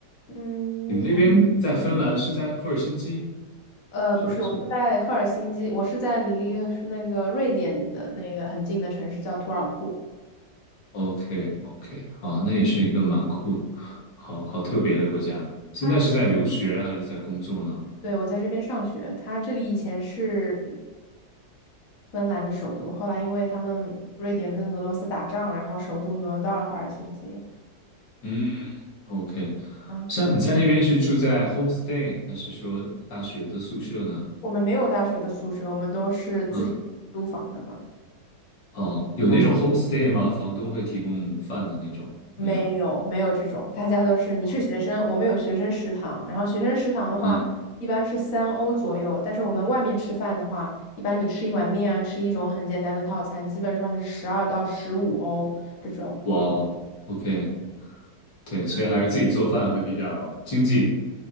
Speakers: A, on the left; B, on the left.
A: 嗯，
B: 你们那边在芬兰是在赫尔辛基，
A: 呃，
B: 是在什么
A: 不是，我是在赫尔辛基，我是在离是那个瑞典的那个很近的城市叫图尔库，
B: ？OK OK，好，那也是一个蛮酷，好好特别的国家。现在是在留学还是在工作呢？
A: 它，对，我在这边上学，它这里以前是芬兰的首都，后来因为他们瑞典跟俄罗斯打仗，然后首都挪到了赫尔辛基。
B: 嗯。OK，
A: 嗯。
B: 像你在那边是住在 homestay 还是说大学的宿舍呢？
A: 我们没有大学的宿舍，我们都是自己租房的嘛。
B: 嗯，哦，有那种
A: 然后
B: homestay 吗？房东会提供饭的那种？
A: 没有没有这种，
B: 没有。
A: 大家都是你是学生，
B: 嗯
A: 我们有学生食堂。然后学生食堂的话，
B: 嗯，
A: 一般是三欧左右，但是我们外面吃饭的话，一般你吃一碗面啊，吃一种很简单的套餐，基本上是十二到十五欧这种。
B: 哇哦，OK，对，所以还是自己做饭会比较经济